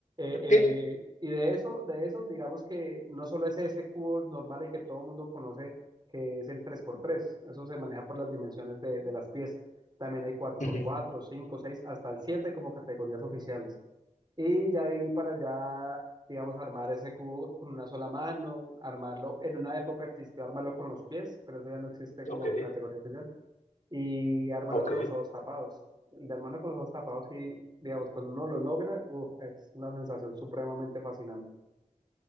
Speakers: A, on the right; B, on the left.
A: eh,
B: Ok,
A: y de eso, de eso, digamos que no solo es ese cubo normal el que todo el mundo conoce, que es el tres por tres. eso se maneja por las dimensiones de, de las piezas. También hay cuatro
B: Ujú.
A: por cuatro, cinco, seis, hasta el 7 como categorías oficiales. Y ya ahí para allá, digamos, armar ese cubo con una sola mano, armarlo. En una época existió armarlo con los pies, pero eso ya no existe como
B: ok,
A: categoría oficial y armarlo
B: ok.
A: con los ojos tapados. El de armarlo con los ojos tapados y, digamos, cuando uno lo logra, uf, es una sensación supremamente fascinante.